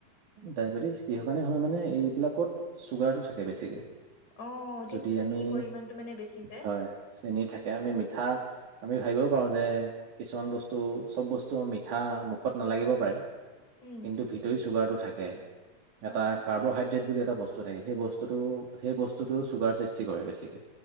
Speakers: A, on the right; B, on the left.
A: ডায়েবেটিছ কিহৰ কাৰণে হয় মানে এইবিলাকত চুগাৰটো থাকে বেছিকে
B: অ অধিক
A: যদি
B: চেনীৰ
A: আমি
B: পৰিমাণটো মানে বেছি যে
A: হয় চেনি থাকে আমি মিঠা আমি ভাবিব পাৰোঁ যে কিছুমান বস্তু চব বস্তু মিঠা মুখত নালাগিব পাৰে
B: উম
A: কিন্তু ভিতৰি চুগাৰটো থাকে এটা
B: অ
A: কাৰ্বহাইড্ৰেট বুলি এটা এটা বস্তু থাকে সেই বস্তুতটো সেই বস্তুতটো চুগাৰ সৃষ্টি কৰে বেছিকে